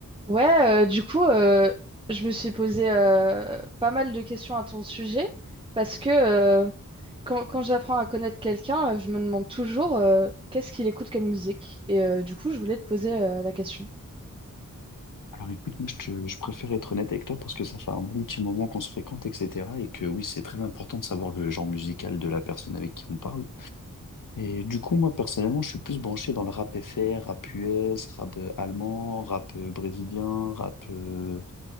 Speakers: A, on the right (about 15°); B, on the left (about 70°).
A: Ouais, euh, du coup, euh, je me suis posé euh, pas mal de questions à ton sujet parce que euh, quand, quand j'apprends à connaître quelqu'un, euh, je me demande toujours euh, qu'est-ce qu'il écoute comme musique. Et euh, du coup, je voulais te poser euh, la question.
B: Alors écoute, moi je, te- je préfère être honnête avec toi parce que ça fait un bon petit moment qu'on se fréquente, etc. Et que oui, c'est très important de savoir le genre musical de la personne avec qui on parle. Et du coup, moi personnellement, je suis plus branché dans le rap FR, rap US, rap euh, allemand, rap euh, brésilien, rap, euh,